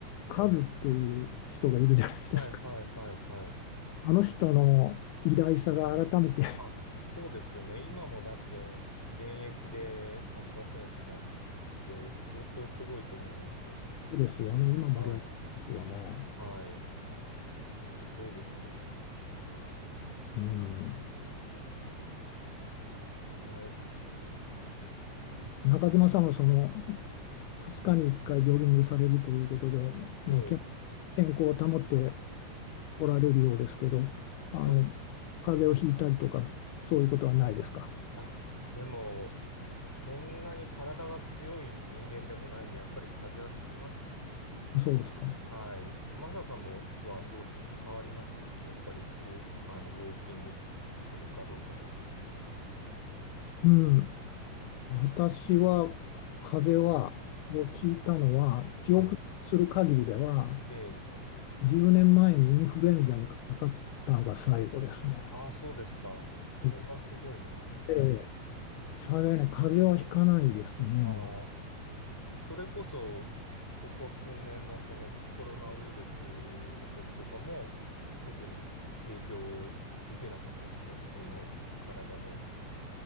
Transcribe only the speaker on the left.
カズっていう人がいるじゃないですか。
<laughs> あの人の偉大さが改めて
<laughs> そうですよね。今も現役ですよね。
うん。
中島さんはその2日に1回ジョギングされるということで、まあ、
健健康を保っておられるようですけど、あの
風邪をひいたりとかそういうことはないですか。
そうですか。
うん。私は風邪はをひいたのは記憶する限りでは
10年前にインフルエンザにかかったのが最後ですね。
うんで、幸いに風邪はひかないですね。